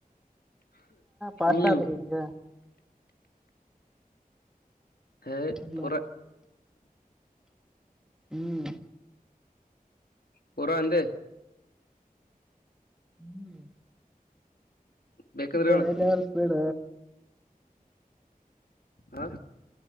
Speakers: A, in the centre; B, on the left.
A: ಪಾಸ್ಟ್
B: ಹ್ಮ್
A: ಆದ್ರಿ ಈಗ
B: ಹ
A: ಇಲ್ಲ
B: ಪೂರ
A: ಹ್ಮ್
B: ಪರ ಅಂದ
A: ಹ್ಮ್
B: ಬೇಕಂದ್ರೆ ಹೇಳ
A: ಎಲ್ಲಿ ಎಳ್ಸಬೇಡ
B: ಹಾ